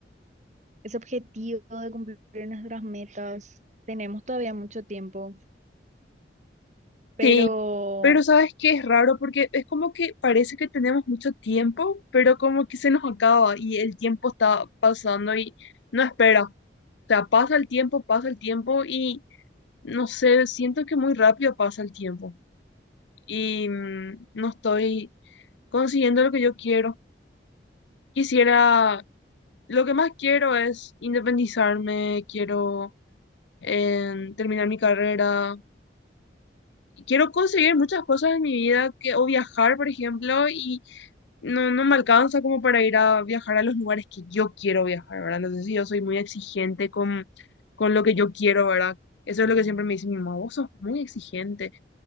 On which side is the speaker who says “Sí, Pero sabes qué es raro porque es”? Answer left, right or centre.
Left